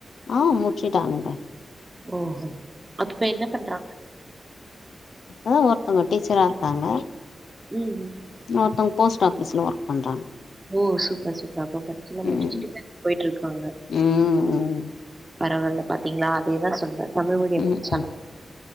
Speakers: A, on the left (about 85°); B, on the right (about 25°).
A: ஆ முச்சிட்டாங்க
B: ஓஹோ அப்ப இப்ப என்ன பண்றா
A: அதா ஒருத்தவங்க டீச்சரா இருக்காங்க
B: ம்ம்
A: இன்னொருத்தவங்க போஸ்ட் ஆஃபீஸ்ல ஒர்க் பண்றாங்க
B: ஓ சூப்பர் சூப்பர் அப்ப படிச்சு எல்லா
A: ம்
B: முடிச்சுட்டு வேலைக்கு போயிட்ருக்காங்க
A: ம் ம்
B: பரவால்ல பாத்தீங்களா அதேதா சொல்றே தமிழ் மீடியோ
A: ம்
B: பச்சாலு
A: ம்